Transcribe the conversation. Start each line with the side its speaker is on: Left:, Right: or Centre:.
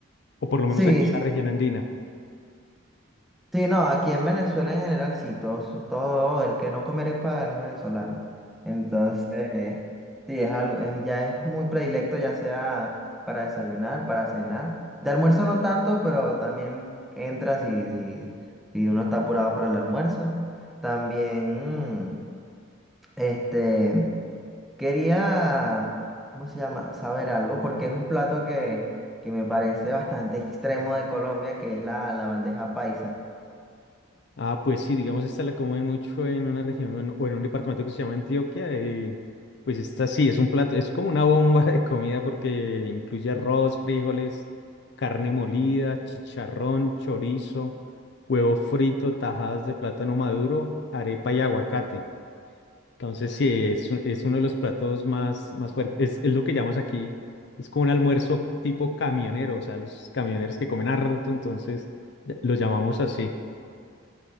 Left: o por lo
Centre: Sí,
Left: menos aquí en
Centre: sí.
Left: la región andina.
Centre: Sí, no, aquí en Venezuela en general sí, todo, su- todo el que no comer arepa no es venezolano. Entonces, eh, sí, es algo, es- ya es muy predilecto, ya sea para desayunar, para cenar. De almuerzo no tanto, pero también entra si, si, si uno está apurado para el almuerzo. También, mm, este, quería, ¿cómo se llama? Saber algo, porque es un plato que, que me parece bastante extremo de Colombia, que es la, la bandeja paisa.
Left: Ah, pues sí, digamos, esta la comen mucho en una región o en o en un departamento que se llama Antioquia. eh, pues esta sí, es un plato, es como una bomba de comida porque incluye arroz, frijoles, carne molida, chicharrón, chorizo, huevo frito, tajadas de plátano maduro, arepa y aguacate. Entonces sí, es, un- es uno de los platos más, más fuertes. Es, es lo que llamamos aquí, es como un almuerzo tipo camionero, o sea, los camioneros que comen harto, entonces ya- lo llamamos así.